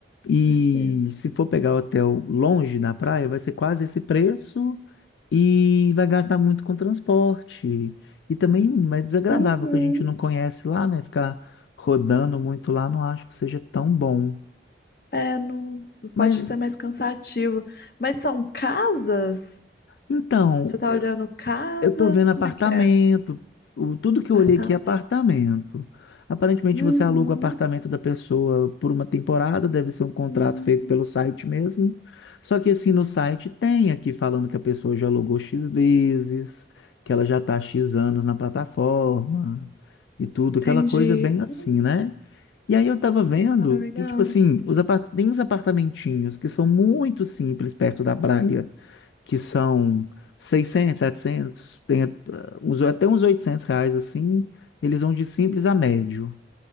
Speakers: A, on the left; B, on the left.
A: E
B: certeza.
A: se for pegar hotel longe na praia, vai ser quase esse preço e vai gastar muito com transporte. E também é desagradável
B: Uhum.
A: que a gente não conhece lá, né? Ficar rodando muito lá, não acho que seja tão bom.
B: É, não
A: Mas
B: pode ser mais cansativo. Mas são casas?
A: então,
B: Você tá olhando casas?
A: Eu tô vendo
B: Como
A: apartamento,
B: é que é?
A: o- tudo que
B: Apartamento.
A: eu olhei aqui é apartamento. Aparentemente
B: Uhum.
A: você aluga o apartamento da pessoa por uma temporada, deve ser um contrato
B: Uhum.
A: feito pelo site mesmo. Só que assim no site tem aqui falando que a pessoa já alugou X vezes, que ela já tá há X anos na plataforma e tudo, aquela
B: Entendi.
A: coisa bem assim,
B: Uhum.
A: né? E aí eu tava vendo
B: Ah, legal.
A: que, tipo assim, os apart... tem uns apartamentinhos que são muito simples perto da praia que são 600, 700, tem eh, uns, até uns 800 reais assim, eles vão de simples a médio.